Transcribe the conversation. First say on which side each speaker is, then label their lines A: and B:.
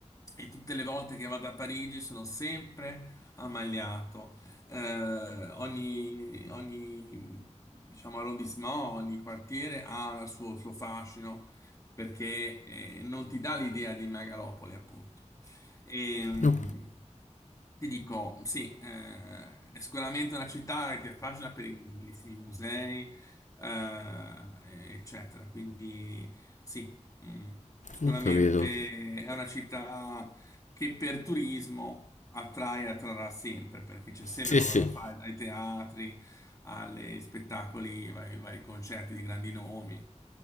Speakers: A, on the left; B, on the left.
A: e tutte le volte che vado a Parigi sono sempre ammaliato. Eh, ogni, ogni, diciamo, arrondissement, ogni quartiere ha il suo, suo fascino perché eh, non ti dà l'idea di megalopoli, appunto. E, mh,
B: Ho,
A: ti dico, sì, eh, è sicuramente una città che è facile per i bellissimi musei, eh, eccetera. Quindi sì, mm, sicuramente
B: ho capito.
A: è una città che per turismo attrae e attrarrà sempre, perché c'è sempre
B: Sì,
A: qualcosa
B: sì.
A: da fare, dai teatri agli spettacoli, ai vari concerti di grandi nomi.